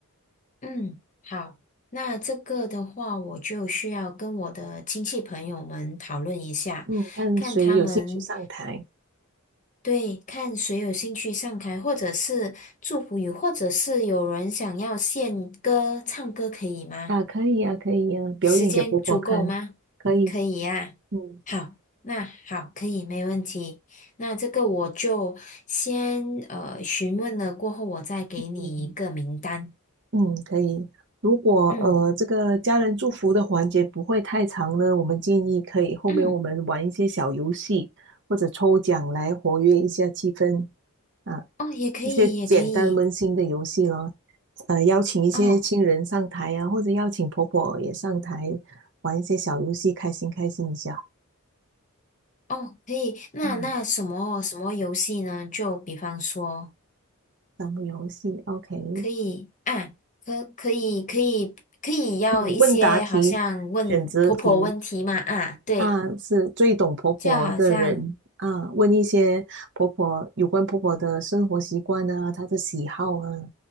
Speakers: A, on the left; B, on the right.
A: 嗯，好，那这个的话，我就需要跟我的亲戚朋友们讨论一下，
B: 嗯，看谁有兴趣上台。
A: 看他们对看谁有兴趣上台，或者是祝福语，或者是有人想要献歌唱歌，可以吗？
B: 啊，可以啊，可以啊，表演给婆婆看，
A: 时间足够吗？
B: 可以，
A: 可以呀、
B: 嗯
A: 好，那好，可以，没问题。那这个我就先呃询问了，过后我再给你一个名单。
B: 嗯嗯，可以。如果呃这个家人祝福的环节不会太长呢，
A: 嗯
B: 我们建议可以后面我们玩一些小游戏或者抽奖来活跃一下气氛
A: 嗯，
B: 啊，
A: 哦，也可以，
B: 一些简单温馨的游戏咯。
A: 也可以。
B: 呃，邀请一些亲人上台啊，
A: 哦
B: 或者邀请婆婆也上台玩一些小游戏，开心开心一下
A: 哦，可以。那那什么什么游戏呢？
B: 啊。
A: 就比方说，
B: 咱们游戏，OK。
A: 可以啊，可可以可以可以要一些好像问婆婆问题嘛啊，
B: 嗯，问答题、选择题
A: 对，
B: 啊，是最懂婆婆的人啊，
A: 就好像。
B: 问一些婆婆有关婆婆的生活习惯啊，她的喜好啊，